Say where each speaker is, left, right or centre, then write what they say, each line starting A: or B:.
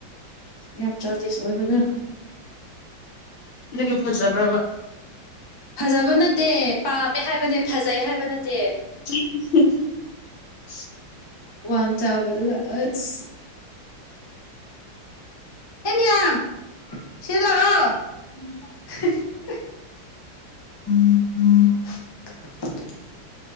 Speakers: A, on the left (about 35°); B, on the left (about 85°).
A: ꯌꯥꯝ ꯆꯥꯗꯤꯁ ꯑꯣꯏꯕꯗꯣ
B: ꯑꯗꯨꯒꯤ ꯐꯖꯕ꯭ꯔꯥꯕ
A: ꯐꯖꯕ ꯅꯠꯇꯦ ꯄꯥꯝꯃꯦ ꯍꯥꯏꯕꯅꯦ ꯐꯖꯩ ꯍꯥꯏꯕ ꯅꯠꯇꯦ
B: <unintelligible>
A: ꯋꯥꯡꯆꯥꯎꯕꯒ ꯑꯁ ꯑꯦꯟ ꯏ ꯌꯥꯝ ꯁꯤꯔ ꯂꯥꯛꯑꯣ
B: <inaudible>
A: <unintelligible>